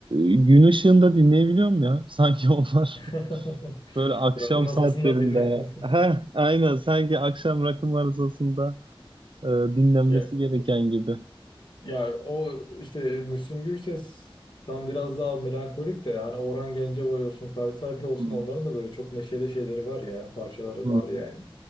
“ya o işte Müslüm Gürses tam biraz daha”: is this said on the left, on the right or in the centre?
Left